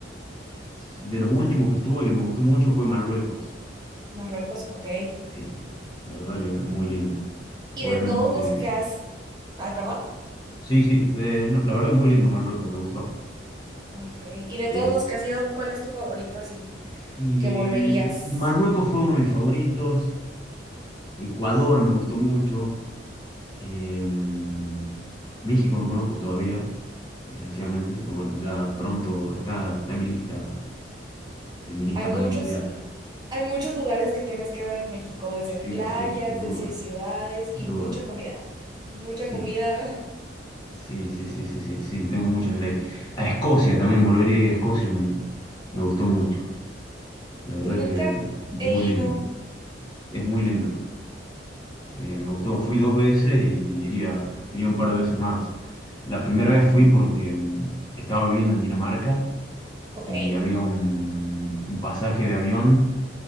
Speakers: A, on the left (about 25°); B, on the right (about 20°).
A: de los últimos que estuve que me gustó mucho fue Marruecos.
B: Marruecos, ok.
A: Sí, la verdad que muy lindo.
B: ¿Y
A: Obviamente,
B: de todos los que has... Ay, perdón.
A: sí, sí, de- no, la verdad que muy lindo Marruecos, me gustó.
B: Ok. ¿Y de
A: Eh,
B: todos los que has ido, cuál es tu favorito así?
A: y
B: Que volverías.
A: Marruecos fue uno de mis favoritos, Ecuador me gustó mucho, Em, México no conozco todavía, desgraciadamente, pero bueno, ya pronto está, está en mi lista, en mi lista
B: Hay
A: más
B: muchos,
A: inmediata.
B: hay muchos lugares que tienes que ver en México, desde
A: Sí,
B: playas,
A: sí, sin duda,
B: desde ciudades
A: sin
B: y
A: duda.
B: mucha comida. Mucha
A: Sí,
B: comida. <laughs>
A: sí, sí, sí, sí, sí, sí, tengo muchas ganas. de ir. A Escocia también, volvería a ir a Escocia, me, me gustó mucho. La verdad
B: Nunca
A: que muy
B: he
A: lindo,
B: ido,
A: es muy lindo. Eh, me gustó, fui dos veces y iría, iría un par de veces más. La primera vez fui porque mm, estaba viviendo en Dinamarca
B: ok,
A: y había un, un pasaje de avión